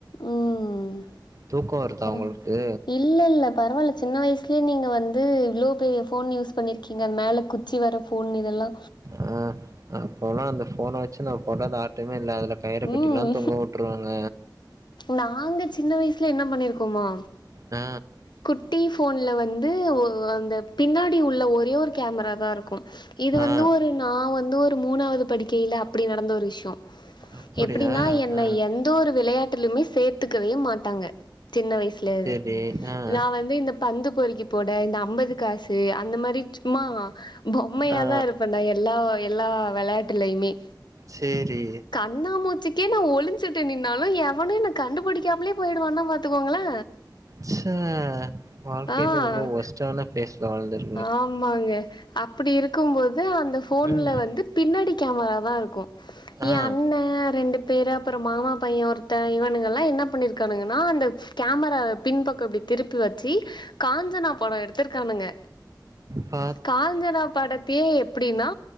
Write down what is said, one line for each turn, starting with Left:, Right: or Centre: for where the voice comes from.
Left: ம்
Right: தூக்கோ வருதா
Left: பரவா
Right: உங்களுக்கு
Left: இல்ல இல்ல பரவால சின்ன வயசுலயே நீங்க வந்து இவ்ளோ பெரிய ஃபோன் யூஸ் பண்ணிருக்கீங்க மேல கு ச்சி வற ஃபோன் இதெல்லா
Right: ஆ அப்பல்லா அந்த ஃபோன வெச்சு நா போடாத ஆட்டமே இல்ல அதுல கயிற கட்டியெல்லா
Left: ம்
Right: தொங்க விட்டுருவங்க
Left: நாங்க சின்ன வயசல என்ன பண்ணிருக்கோமா
Right: அ
Left: குட்டி ஃபோன்ல வந்து ஒ அந்த பின்னாடி உள்ள ஒரே ஒரு கேமராதா இருக்கு இது
Right: ஆ
Left: வந்து ஒரு நா வந்து ஒரு மூணாது படிக்கைல அப்டி நடந்த ஒரு விஷ்யோ
Right: அப்படியா
Left: எப்டினா என்ன
Right: ஆ
Left: எந்த ஒரு விளையாட்லிமே சேத்துக்கவே மாட்டாங்க சின்ன வயசிலவே
Right: ஏ அ
Left: நா வந்து இந்த பந்து பொறிக்கி போட இந்த அம்பது கா சு அந்த மாரி சும்மா பொம்மயாதா
Right: ஆ
Left: இருப்ப நா எல்லா எல்லா வெளயாட்டுலிமே
Right: சேரி
Left: கண்ணாமூச்சிக்கே நா ஒளிஞ்சுட்டு நின்னாலு எவனு என்ன கண்டுபுடிக்காமலே போயிடுவானா பாத்துக்கோங்களே
Right: ச்ச வாழ்க்கைல
Left: ஆ
Right: ரொம்ப வொர்ஸ்டான பேஸ்ல வாழ்ந்துரு
Left: ஆமாங்க அப்டி இருக்கும்போது அந்த ஃபோன்ல
Right: ம்
Left: வந்து பின்னாடி கேமராதா இருக்கு
Right: ஆ
Left: என் அண்ண ரெண்டு பேர் அப்றோ மாமா பையன் ஒருத்தன் இவனுங்கல்லா என்ன பண்ணிருக்கானுங்கனா அந்த கேமராவ பின்பக்கம் இப்டி திருப்பி வெச்சு காஞ்சனா படோ எடுத்திருக்கானுக
Right: பா
Left: காஞ்சனா படத்தையே எப்டினா